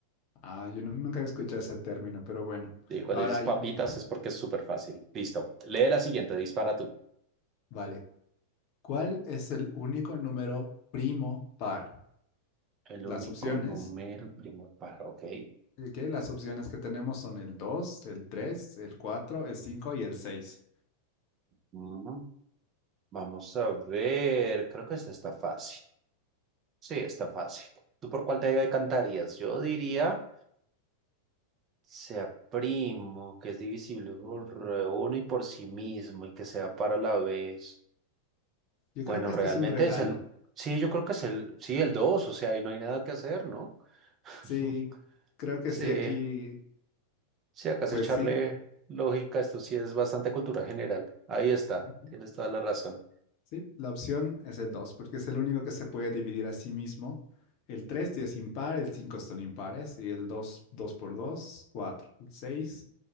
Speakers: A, on the left (about 45°); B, on the right (about 30°).
A: ah, yo nu- nunca he escuchado ese término, pero bueno.
B: Y cuando
A: Ahora
B: dices papitas
A: yo.
B: es porque es súper fácil. Listo. Lee la siguiente, dispara tú.
A: Vale. ¿Cuál es el único número primo par?
B: El
A: Las
B: único
A: opciones,
B: número primo par, ok.
A: eh, ¿qué? Las opciones que tenemos son el 2, el 3, el 4, el 5 y el 6.
B: Mm, Vamos a ver, creo que esta está fácil. Sí, está fácil. ¿Tú por cuál te decantarías? Yo diría, sea primo, que es divisible por eh, uno y por sí mismo y que sea para la vez.
A: Yo
B: Bueno,
A: creo que
B: realmente
A: este es un regalo.
B: es el, sí, yo creo que es el, sí, el 2, o sea, ahí no hay nada que hacer, ¿no? <laughs>
A: Sí, creo que
B: Sí,
A: sí, aquí,
B: sí, acá es
A: pues
B: echarle
A: sí.
B: lógica, esto sí es bastante cultura general. Ahí está,
A: Ujú.
B: tienes toda la razón.
A: Sí, la opción es el 2, porque es el único que se puede dividir a sí mismo. El 3 sí es impar, el 5 son impares y el 2, 2 por 2, 4. el 6,